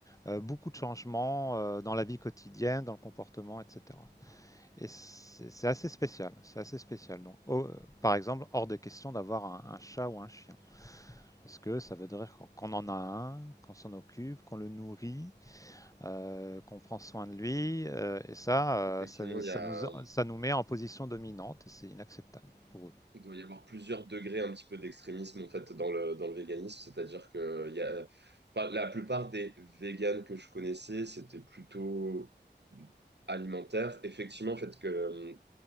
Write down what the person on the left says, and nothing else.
euh, beaucoup de changements euh, dans la vie quotidienne, dans le comportement, etc. Et c'est c'est assez spécial, c'est assez spécial. Donc, oh, euh, par exemple, hors de question d'avoir un, un chat ou un chien, parce que ça veut dire qu'on- qu'on en a un, qu'on s'en occupe, qu'on le nourrit, euh, qu'on prend soin de lui, euh, et ça, euh,
ça,
ça
nous, ça nous met en position dominante, et c'est inacceptable pour eux.